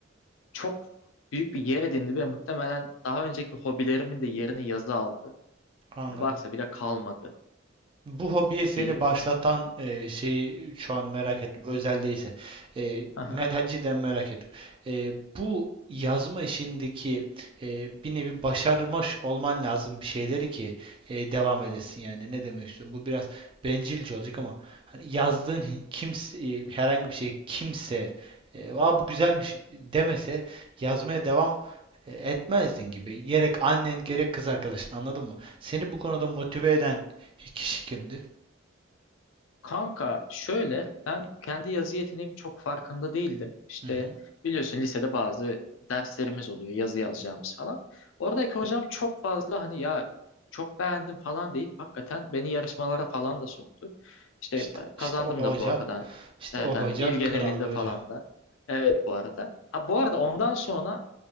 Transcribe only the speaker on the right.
Anladım.
Bu hobiye seni
başlatan e, şeyi şu an merak ettim. Özel değilse. E,
me- ha, cidden merak ettim. E, bu yazma işindeki e, bir nevi başarmış olman lazım bir şeyleri ki e, devam edesin yani. Ne demek istiyorum? Bu biraz bencilce olacak ama hani yazdığın
hi- kimse e, herhangi bir şey kimse e, Aa, bu güzelmiş demese yazmaya devam e, etmezdin gibi. Gerek annen gerek kız arkadaşın anladın mı? Seni bu konuda motive eden İki kişi kimdi?
Hı hı.
İşte, işte
o hoca.
İşte
o
hoca
kral bir
hoca.